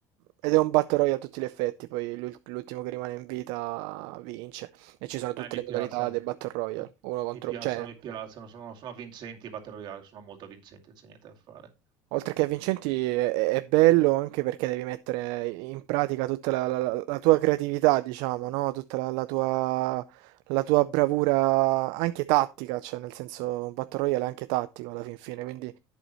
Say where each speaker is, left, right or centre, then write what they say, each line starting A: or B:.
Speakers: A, on the right; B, on the right.
A: Ed è un battle royale a tutti gli effetti, poi l'ul- l'ultimo che rimane in vita vince. E ci sono tutte
B: Eh, mi
A: le
B: piace,
A: modalità del battle royale,
B: mi,
A: uno contro...
B: mi piacciono,
A: cioè,
B: mi piacciono, sono, sono avvincenti i Battle Royale, sono molto avvincenti, non c'è niente da fare.
A: oltre che vincenti è, è bello anche perché devi mettere in pratica tutta la, la- la tua creatività, diciamo, no? Tutta la, la tua, la tua bravura anche tattica, cioè nel senso un battle royale è anche tattico alla fin fine, quindi